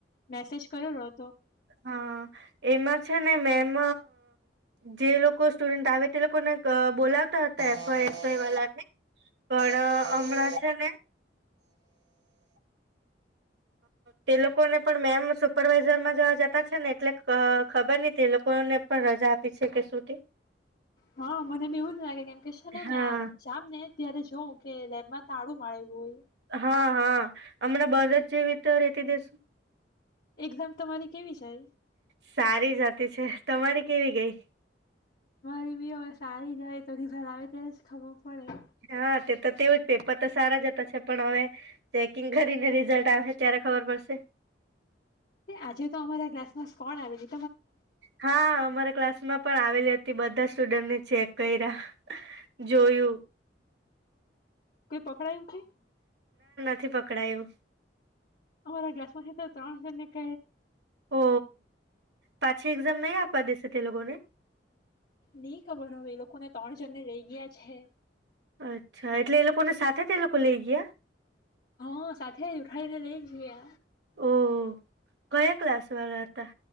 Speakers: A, on the left; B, on the right.
A: મેસેજ કર્યો.
B: હા એમાં છે ને મેમ. જે લોકો સ્ટુડન્ટ આવે તે લોકોને બોલાતા હતા એ વાળાને પણ હમણાં છે ને. તે લોકોને પણ મેમ સુપરવાઈઝર માં જવા જતા છે ને એટલે ખબર નહ તે લોકોને પણ રજા આપી છે કે. શું તે
A: હા મનેમ એવું ન લાગે કેમ કે છે ને
B: હા
A: મેં જામ ને ત્યારે જોઉં. કે લેબમાં તાળું માળેલું હોય.
B: હા હા હમણાં બજા જ જેવીીતે રેતી દેસુ.
A: એક્ઝામ તમારી કેવી છે.
B: સારી જાતી છે તમારી કેવી ગઈ.
A: મારી બી હવે સારી જાય તો ઘર આવે ત્યાં જ ખબર પડે.
B: હા તે તો તેવું જ પેપર તો સારા જતા છે પણ હવે ચેકિંગ કરીને રિઝલ્ટ આવે ત્યારે ખબર પડશે.
A: એ આજે તો અમારા ગ્લાસમાંસ કોણ આવે છે.
B: હા અમારા ક્લાસ. માં પણ આવેલી હતી બધા સ્ટુડન્ટને ચેક કર્યા જોયું.
A: કોઈ પકડાયું કે.
B: થી પકડાયું.
A: અમારા ગ્લાસમાંખા ત્રણ જને ક.
B: ઓ પાછી એક્ઝામ નહીં આપવા દેશે તે લોકોને.
A: નઈ ખબર હ એ લોકોને ત્રણ જણને રહી ગયા છે.
B: અચ્છા એટલે એ લોકોને સાથે જ એ લોકો લઈ ગયા.
A: હા સાથે જ ઉઠીને લઈ જીએ.
B: ઓ કયા ક્લાસ વાળા હતા